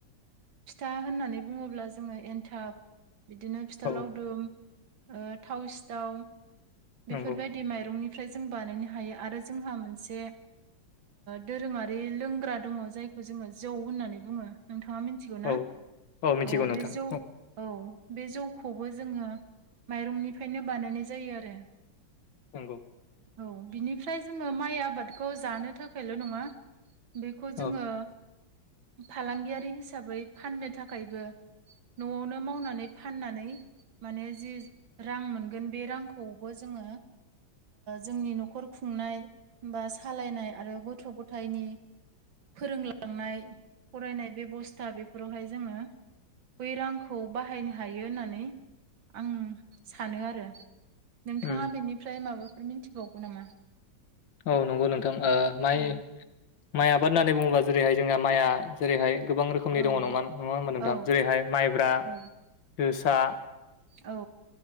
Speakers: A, on the right (about 75°); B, on the left (about 75°).
A: फिथा होननानै बुङोब्ला जोङो एन्थाब बिदिनो फिथा
B: औ
A: लावदुम थाव सिथाव
B: नंगौ
A: बेफोरबायदि बिदि माइरंनिफ्राय जों बानायनो हायो आरो जोंहा मोनसे दोरोङारि लोंग्रा दङ जायखौ जोङो जौ होननानै बुङो नोंथाङा मिथि मिथिगौ
B: औ
A: ना
B: मिथिगौ
A: औ
B: नोंथां
A: बे जौ
B: औ
A: औ बे जौखौबो जोङो माइरंनिफ्रायनो बानायनाय जायो आरो
B: नोंंगौ
A: औ बिनिफ्राय जोङो माइ आबादखौ जानो थाखायल' नंङा बेखौ
B: औ
A: जोङो फालांगियारि हिसाबै फाननो थाखायबो न'आवनो मावनानै फाननानै माने जि रां मोनगोन बे रांखौबो जोङो जोंनि न'खर खुंनाय बा सालायनाय आरो गथ' गथायनि फोरोंलांनाय फरायनाय बेबस्था बेफोरावहाय जोङो बै रांखौ बाहायनो ह हायो होननानै आं सानो आरो नोंथाङा
B: उम
A: बेनिफ्राय माबा बेफोर मिथिबावगौ नामा
B: औ नंगौ नोंथां माइ
A: औ
B: माइ आबाद होननानै बुङोबा जेरैहाय जोंहा माइआ जेरैहाय गोबां रोखोमनि
A: औ
B: दङ नङा नङा होनोमबा नोंथां
A: औ
B: जेरैहाय माइब्रा
A: औ
B: जोसा
A: औ